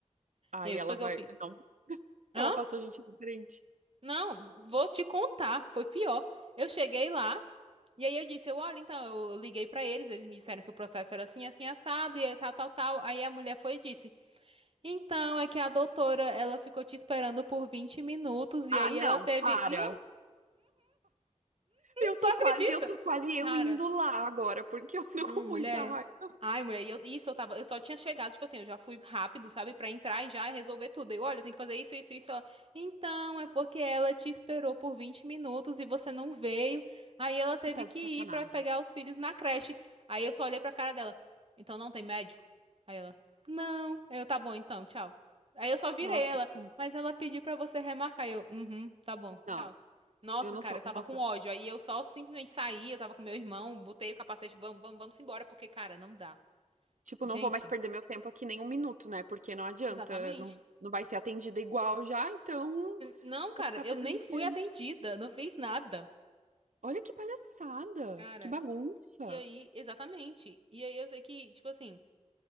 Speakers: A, on the right; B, on the right.
A: Aí
B: E aí o
A: ela
B: que foi
A: vai.
B: que eu fiz?
A: Não,
B: Hã?
A: ela passou gente na frente.
B: Não, vou te contar, foi pior. Eu cheguei lá, E aí eu disse, eu, olha, então, eu liguei pra eles, eles me disseram que o processo era assim, assim, assado, e aí tal, tal, tal. Aí a mulher foi e disse, então, é que a doutora, ela ficou te esperando por 20 minutos, e
A: Ah,
B: aí
A: não,
B: ela teve,
A: para.
B: <laughs> hum,
A: Eu
B: tu
A: tô
B: acredita?
A: quase, eu tô quase eu
B: Cara,
A: indo lá agora, porque eu tô
B: Não,
A: com
B: mulher.
A: muita raiva.
B: Ai, mulher, e eu, isso eu tava, eu só tinha chegado, tipo assim, eu já fui rápido, sabe, Pra entrar e já resolver tudo. Eu, olha, tem que fazer isso, isso, isso. Ela, então, é porque ela te esperou por 20 minutos e você não veio. Aí ela teve
A: Tu tá de
B: que
A: sacanagem.
B: ir pra pegar os filhos na creche. Aí eu só olhei pra cara dela. Então não tem médico? Aí ela, não. Aí Eu, tá bom, então, tchau. Aí eu só virei
A: Nossa,
B: ela,
A: sim.
B: mas ela pediu pra você remarcar. Aí Eu, uhum, tá bom,
A: Não,
B: tchau. Nossa,
A: eu não
B: cara,
A: sou.
B: eu tava
A: Nossa,
B: com ódio. Aí eu só simplesmente saí, eu tava com meu irmão, botei o capacete, vamos, vamos, vamos embora, porque, cara, não dá.
A: tipo,
B: Gente,
A: não vou mais perder meu tempo aqui nem um minuto, né? Porque não adianta,
B: exatamente.
A: não, não vai ser atendida igual já, então
B: Não,
A: vai
B: cara,
A: ficar fazendo
B: eu nem
A: o
B: fui
A: que ele.
B: atendida, não fiz nada.
A: Olha que palhaçada,
B: Cara,
A: que bagunça.
B: e aí, exatamente. E aí eu sei que, tipo assim,